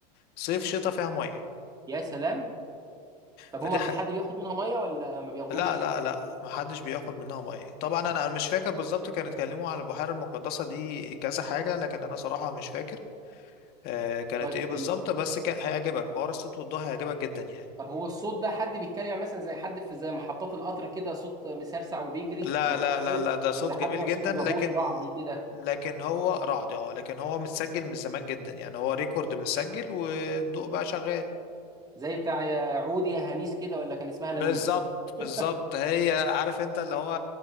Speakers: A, on the left; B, on the right.
A: صيف شتاء فيها مية
B: يا سلام طب
A: فدي
B: هما
A: ح...
B: بي- حد بياخد منها ميه ولا ما بياخدوش
A: لا لا لا محدش بياخد منها مية طبعا أنا أنا مش فاكر بالظبط كانوا اتكلموا على البحيرة المقدسة دي كذا حاجة لكن أنا صراحة مش فاكر آه كانت
B: طيب
A: إيه بالظبط بس كان... هيعجبك حوار الصوت والضوء هيعجبك جدا يعني
B: طب هو الصوت ده حد بيتكلم يعني مثلا زي حد في زي محطات القطر كده صوت مسرسع وبيجري
A: لا
B: وما
A: لا
B: تفهموش
A: لا لا ده صوت
B: ولا حد
A: جميل
B: بقى
A: جدا
B: صوته
A: لكن
B: جهوري رعبي كده
A: لكن هو رعد اه لكن هو متسجل من زمان جدا يعني هو ريكورد متسجل والضوء بقى شغال
B: زي بتاع يا عودي يا هميس كده ولا كان اسمها لميس
A: بالظبط بالظبط
B: <laughs>
A: هي عارف انت اللي هو